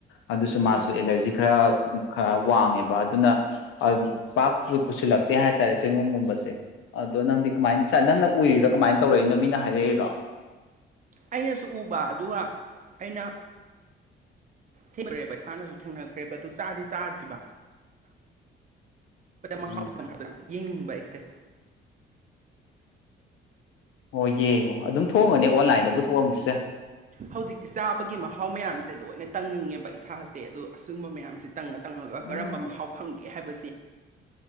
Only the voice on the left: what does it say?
ꯑꯗꯨꯁꯨ
ꯃꯥꯁꯨ ꯑꯦꯂꯔꯖꯤ ꯈꯔ ꯈꯔ ꯋꯥꯡꯉꯦꯕ ꯑꯗꯨꯅ ꯄꯥꯛ ꯄꯨꯁꯤꯜꯂꯛꯇꯦ ꯍꯥꯏꯇꯥꯔꯦ ꯆꯦꯡꯒꯨꯝꯒꯨꯝꯕꯁꯦ ꯑꯗꯣ ꯅꯪꯗꯤ ꯀꯃꯥꯏ ꯆꯥꯏ ꯅꯪꯅ ꯎꯔꯤꯔꯥ ꯀꯃꯥꯏꯅ ꯇꯧꯔꯛꯏꯅꯣ ꯃꯤꯅ ꯍꯥꯏꯔꯛꯏꯔꯣ
ꯎꯝ
ꯑꯣ ꯌꯦꯡꯉꯣ ꯑꯗꯨꯝ ꯊꯣꯡꯑꯝꯒꯅꯤ ꯑꯣꯟꯂꯥꯏꯟꯗꯕꯨ ꯊꯣꯛꯑꯝꯕꯁꯨ ꯌꯥꯏ
ꯎꯝ